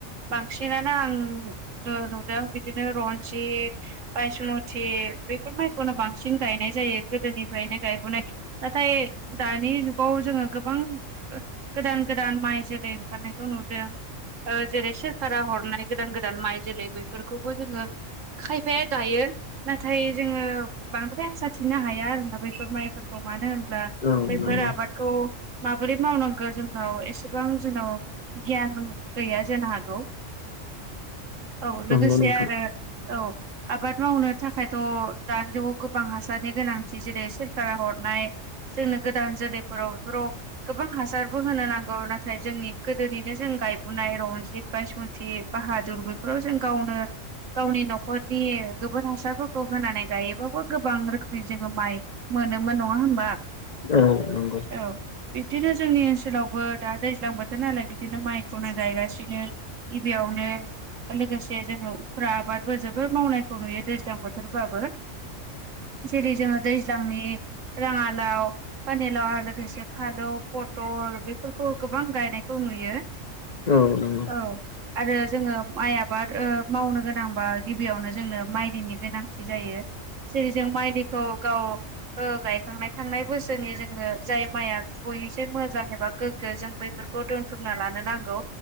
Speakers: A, on the right (about 75°); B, on the left (about 50°).
A: बांसिनानो आं। नुदों। बिदिनो रनजित, बायसुमति बेफोर माइखौनो बांसिन गायनाय जायो। गोदोनिफ्रायनो गायबोनाय। नाथाय दानि जुगाव जोङो गोबां गोदान गोदान माइ जोलै ओंखारनायखौ नुदों। जेरै सोरखारा हरनाय गोदान गोदान माइ जोलै बेफोरखौबो जोङो खायफाया गायो। नाथाय जोङो बांद्राय आसा थिनो हाया आरोोना बैफोर माइफोरखौ मानो होन बैफोर
B: औ नंगौ
A: आबादखौ मा बोरै मावनांगौ जोंनाव एसेबां जोंनाव गियान गैया जानो हागौ। औ ।लोगोसे
B: नंगौ नोंथां
A: आरो औ आबाद मावनो थाखाय थ' दानि जुगाव गोबां हासारनि गोनांथि जेरै सोरखारा हरनाय जोंनो गोदान जोलैफोर फोराव बेफोराव गोबां हासारबो होनो नांगौ। नाथाय जोंनि गोदोनिनो जों गायबोनाय रनजित बायसुमति, बाहादुर बेफोराव जों गावनो गावनि न'खरनि गोबोर हासारफोरखौ होनानै गायोबाबो गोबां रोखोम जोङो माइ मोनोमोन नङा होमबा?
B: औ नंगौ।
A: औ बिब्दिनो जोंनि ओनसोलावबो दा दैज्लां बोथोर नालाय बिदिनो माइखौनो गायगासिनो गिबियाव नो लोगोसे जोङो उफ्रा आबादबो जोबोोर मावनायखौ नुयो दैज्लां बोथोरबाबो जेरै जोङो दैज्लांनि राङालाव पानिलााव आरो लोगोसे फादौ, पटल बेफोरखौ गोबां गायनायखौ नुयो।
B: औ नंगौ।
A: औ आरो जोङो माइ आबाद मावनो गोनांबा गिबियावनो जोंनो माइ दैनि गोनांथि जायो। जेरै जों माइ दैखौ गाव गायखांनाय थांनाय बोसोरनि जोङो जाय माइआ बयनिसे मोजां एबा गोग्गो जों बैफोरखौ दोनथुमना लानो नांगौ।